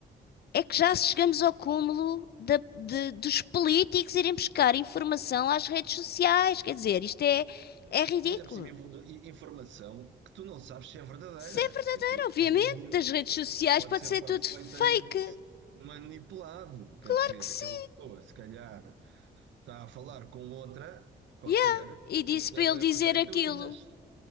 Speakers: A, on the left (about 60°); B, on the right (about 85°).
A: É que já chegamos ao cúmulo da- de- dos políticos irem buscar informação às redes sociais. Quer dizer, isto é, é ridículo.
B: Ainda por cima, invo- informação que tu não sabes se é verdadeira,
A: Se é verdadeiro,
B: que aquele
A: obviamente,
B: vídeo
A: das redes sociais
B: pode
A: pode
B: ser
A: ser
B: perfeitamente
A: tudo fake.
B: manipulado. Quer
A: Claro
B: dizer,
A: que sim.
B: aquela pessoa, se calhar, está a falar com outra qualquer,
A: Yeah. E disse
B: e se calhar
A: para
B: estão-lhe
A: ele dizer
B: a perguntar: então
A: aquilo.
B: e, nas-